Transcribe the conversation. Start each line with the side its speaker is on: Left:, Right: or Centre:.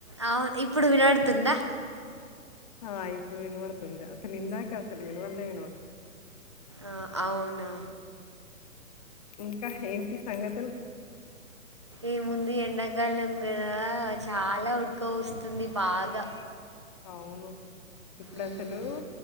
Right: అవును ఇప్పుడు వినడుతుందా
Left: ఆ ఇప్పుడు వినవడుతుంది అసలు ఇందాక అసలు వినవడలే వినవడ
Right: ఆ అవునా
Left: ఇంకా ఏంటి సంగతులు
Right: ఏముంది ఎండాకాలం కదా చాలా ఉడుక పోస్తుంది బాగా
Left: అవును ఇప్పుడు
Right: మ్మ్.
Left: అసలు